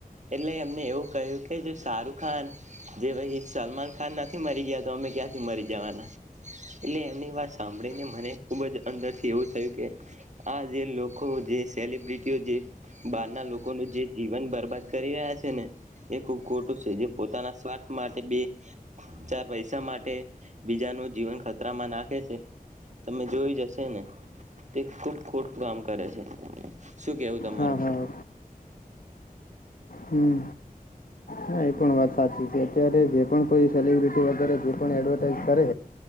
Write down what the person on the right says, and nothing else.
એટલે એમને એવું કહ્યું કે જો શાહરખ ખાન જે ભાઈ સલમાન ખાન નથી મરી ગયા તો અમે ક્યાંથી મરી જવાના એટલે એમની વાત સાંભળીને મને ખુબ જ અંદર થી એવું થયું કે આ જે લોકો જે સેલિબ્રિટીઓ જે બહાર ના લોકોનું જે જીવન બરબાદ કરી રહ્યા છે ને એ ખૂબ ખોટું છે જે પોતાના સ્વાસ્થ માટે બી ચાર પૈસા માટે બીજાનું જીવન ખતરા માં નાખે છે તમે જોઈ જશે ને તે ખુબ ખોટ કામ કરે છે શું કેવું તમારું